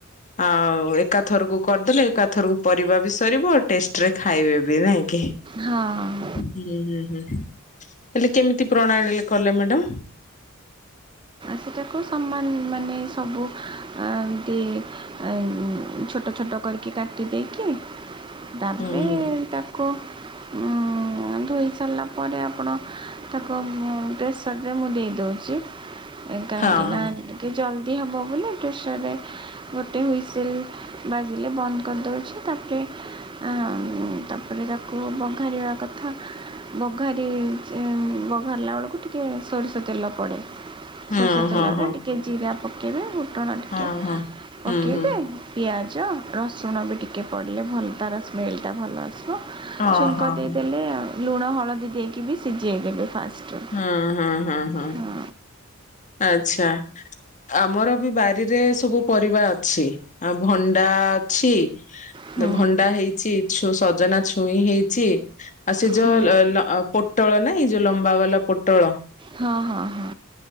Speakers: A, on the left; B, on the right.
A: ଆଉ ଏକା ଥରକୁ କରିଦେଲେ ଏକାଥରକୁ ପରିବା ବି ସରିବ ଆଉ ଟେଷ୍ଟ ରେ ଖାଇବେ ବି ନାଇଁ କି?
B: ହଁ।
A: ହୁଁ-ହୁଁ-ହୁଁ ହେଲେ କେମିତି ପ୍ରଣାଳୀରେ କଲେ ମ୍ୟାଡ଼ମ୍?
B: ସେଇଟାକୁ ସମାନ ମାନେ ସବୁ ଆ ଏମ୍ତି ଆଉ ଛୋଟ-ଛୋଟ କରିକି କାଟି ଦେଇକି ତାପରେ
A: ହୁଁ ହୁଁ
B: ତାକୁ କ ଉଁ ଧୋଇ ସାରିଲା ପରେ ଆପଣ ତାକୁ ପ୍ରେସରରେ ମୁଁ ଦେଇ ଦେଉଚି। ଏ କାହିଁକି
A: ହଁ
B: ନା <unintelligible> ଜଲ୍ଦୀ ହବବୋଲି ପ୍ରେସର୍ ରେ ଗୋଟେ ହୁଇସିଲ୍ ବାଜିଲେ ବନ୍ଦ୍ କରିଦଉଛି ତାପରେ-ତାପରେ ତାକୁ ବଘାରିବା କଥା। ବଘାରି ବଘାରିଲାବେଳକୁ ଟିକେ ସୋରିଷ ତେଲ ପଡ଼େ।
A: ହଁ
B: ସୋରିଷ ତେଲରେ
A: ହଁ ହଁ
B: ଟିକେ ଜିରା ପକାଇବେ ଫୁଟଣ ଟିକେ
A: ହଁ ହଁ ହଁ। ହୁଁ
B: ପକାଇବେ
A: ହୁଁ
B: ପିଆଜ ରସୁଣ ବି ଟିକେ ପଡ଼ିଲେ ଭଲ ତାର ସ୍ମେଲ୍ ଟା ଭଲ ଆସିବ
A: ହଁ
B: ଛୁଙ୍କ
A: ହଁ
B: ଦେଇଦେଲେ
A: ହଁ
B: ଲୁଣ ହଳଦୀ ଦେଇକି ବି ସିଝେଇଦେବେ ଫାଷ୍ଟ।
A: ହୁଁ-ହୁଁ-ହୁଁ-ହୁଁ।
B: ହଁ
A: ଆଚ୍ଛା। ଆମର ବି ବାରିରେ ସବୁ ପରିବା ଅଛି, ଆଉ ଭଣ୍ଡା ଅଛି
B: ହଁ
A: ଭଣ୍ଡା ହେଇଛି ସଜନା ଛୁଇଁ ହେଇଛି ଆଉ ସେ ଯୋଉ
B: ହଁ
A: ପୋଟଳ ନାଇଁ ଯୋଉ ଲମ୍ବା ବାଲା ପୋଟଳ
B: ହଁ-ହଁ-ହଁ।